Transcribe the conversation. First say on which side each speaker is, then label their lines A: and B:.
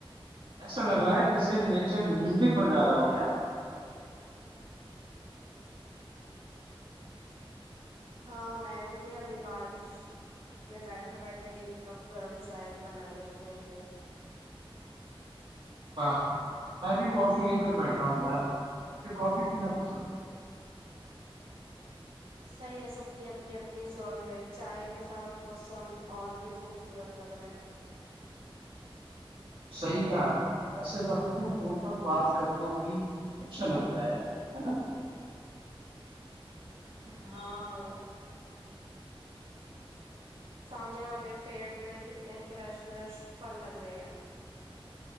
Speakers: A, on the right; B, on the right.
A: ایسا لگ رہا ہے جیسے نیچر میوزک بجا رہا ہو یار
B: ہاں میں نے بھی ابھی بارش میں بیٹھے بیٹھے ایک کپ گرم چائے بنائی ہے اپنے لیے
A: واہ میں بھی کافی لے کر بیٹھا ہوں یار مجھے کافی پینا پسند ہے
B: صحیح ہے سب کی اپنی اپنی چوائز ہے چائے کے ساتھ موسم اور بھی خوبصورت لگ رہا ہے
A: صحیح کہا ایسے وقت میں فون پر بات کرنا بھی اچھا لگتا ہے نا
B: ہاں سامنے والے پیڑ پے کتنے فریش فریش پھل لگ رہے ہیں